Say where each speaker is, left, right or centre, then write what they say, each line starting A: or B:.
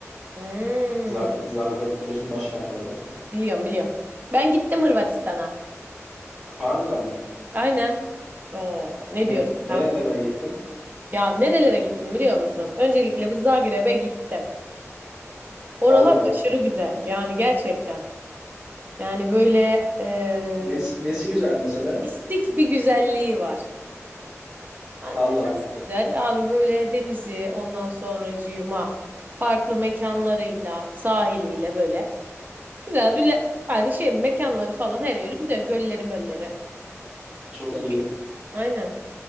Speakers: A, on the right (about 35°); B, on the right (about 15°).
A: Hmm.
B: Za- Zagreb biliyorsun başkent orada.
A: Biliyorum biliyorum. Ben gittim Hırvatistan'a.
B: Harbiden mi?
A: Aynen. Oo, ne
B: Ne
A: diyorsun
B: nerelerine
A: kanka?
B: gittin?
A: Ya nerelere gittim biliyor musun? Öncelikle bir Zagreb'e gittim. Oralar
B: Allah Allah.
A: aşırı güzel. Yani gerçekten. Yani böyle eee
B: Nesi, nesi güzel mesela?
A: mistik bir güzelliği var. Anne
B: Allah Allah.
A: nasıl güzel. Abi böyle denizi ondan sonracığıma farklı mekanlarıyla, sahiliyle böyle güzel bir le- yani şey mekanları falan her yeri güzel. Gölleri mölleri.
B: Çok
A: Çok
B: iyi.
A: iyi. Aynen.